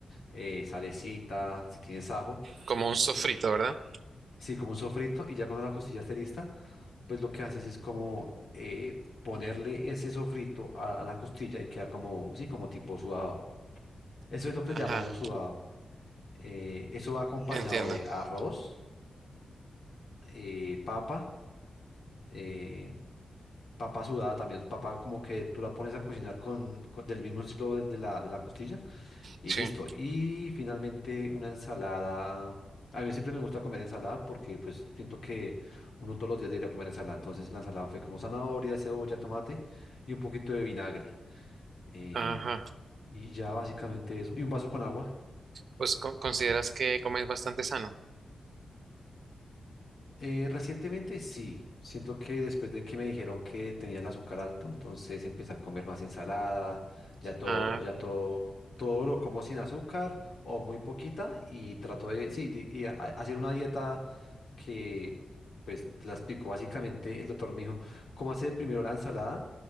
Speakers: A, on the left; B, on the right.
A: eh, salecita, si tienes ajo,
B: Como un sofrito,
A: y
B: ¿verdad?
A: sí, como un sofrito. Y ya cuando la costilla esté lista, pues lo que haces es como eh, ponerle ese sofrito a, a la costilla y queda como, sí, como tipo sudado. Eso es lo que
B: Ajá.
A: le llamamos
B: como
A: sudado. Eh, eso va acompañado
B: Entiendo.
A: de
B: frijol.
A: arroz, eh, papa. eh, Papa sudada también, papa como que tú la pones a cocinar con, con- del mismo estilo de, de la, de la costilla y
B: Sí.
A: listo. Y finalmente una ensalada. A mí siempre me gusta comer ensalada porque pues siento que uno todos los días debería comer ensalada. Entonces la ensalada fue como zanahoria, cebolla, tomate y un poquito de vinagre. Eh,
B: Ajá.
A: y ya básicamente eso. Y un vaso con agua.
B: Pues co- consideras que comes bastante sano.
A: Eh, recientemente sí, siento que después de que me dijeron que tenía el azúcar alto, entonces empecé a comer más ensalada, ya todo,
B: Ah,
A: ya
B: Eh,
A: todo, todo lo como sin azúcar o muy poquita y trato de, sí, di- y a- a- hacer una dieta que, pues, te la explicó básicamente el doctor me dijo, cómo hacer primero la ensalada,